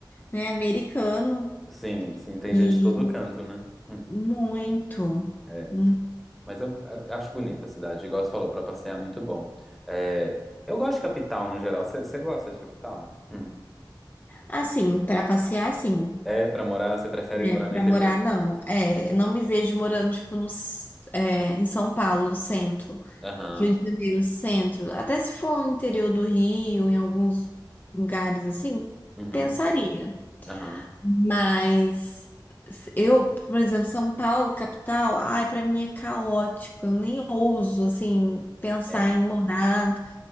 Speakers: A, on the left; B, in the centre.
A: né, americano.
B: Sim, sim, tem
A: E
B: gente de todo canto, né? <laughs>
A: muito.
B: É,
A: Hum.
B: mas eu, eu acho bonita a cidade, igual você falou, pra passear é muito bom. É, eu gosto de capital no geral. Você você gosta de capital? Hum.
A: Assim, para passear, sim.
B: É, pra morar, você prefere
A: É,
B: morar
A: para
B: no interior?
A: morar, não. É, não me vejo morando, tipo, no, s- é, em São Paulo, centro.
B: Aham,
A: Rio de Janeiro, centro. Até se for no interior do Rio, em alguns lugares assim,
B: uhum,
A: pensaria.
B: aham.
A: Mas s- eu, por exemplo, São Paulo, capital, ai, para mim é caótico. Eu nem ouso, assim, pensar
B: É.
A: em morar